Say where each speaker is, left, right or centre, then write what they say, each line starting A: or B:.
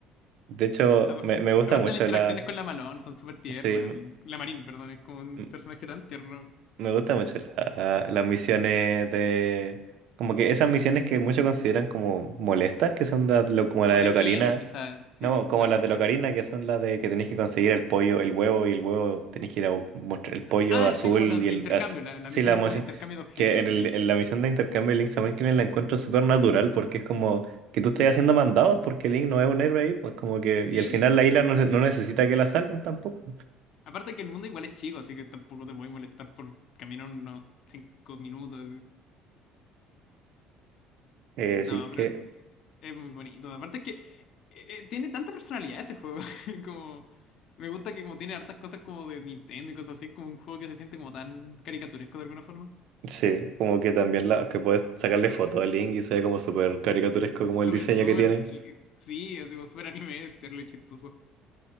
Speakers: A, on the right; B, on the left.
A: De hecho,
B: a-
A: me, me gusta
B: Aparte
A: mucho
B: de las interacciones
A: la,
B: con la Malone, son súper tiernas.
A: Sí, m-
B: La Marín, perdón, es como un
A: m-
B: personaje tan tierno.
A: me gusta mucho la- las misiones de... Como que esas misiones que muchos consideran como molestas, que son las lo- como
B: O
A: la de
B: relleno,
A: Locarina,
B: quizás. Sí,
A: no,
B: po,
A: como
B: las
A: las
B: misiones.
A: de Locarina,
B: como-
A: que son las de que tenéis que conseguir el pollo, el huevo, y el huevo tenéis que ir a bu- mostrar el pollo
B: Ah,
A: azul
B: sí, como las
A: y
B: de
A: el...
B: intercambio.
A: az-
B: la- las
A: Sí,
B: misiones
A: la misión...
B: como de intercambio de objetos,
A: Que en, el-
B: sí.
A: en la misión de intercambio de Link también que la encuentro súper natural, porque es como que tú estés haciendo mandados, porque Link no es un héroe ahí, pues como que... Y
B: Sí,
A: al final
B: po.
A: la isla no, no necesita que la salven tampoco.
B: Aparte que el mundo igual es chico, así que tampoco te voy a molestar por caminar unos 5 minutos.
A: Eh,
B: No,
A: sí, que...
B: pero Es muy bonito. Aparte es que eh, eh, tiene tanta personalidad ese juego. <laughs> Como me gusta que como tiene hartas cosas como de Nintendo y cosas así, es como un juego que se siente como tan caricaturesco de alguna forma.
A: Sí, como que también la, que puedes sacarle foto al Link y se ve como súper caricaturesco como el
B: Súper,
A: diseño
B: súper,
A: que tiene.
B: qui- sí, es como súper anime, terrible chistoso.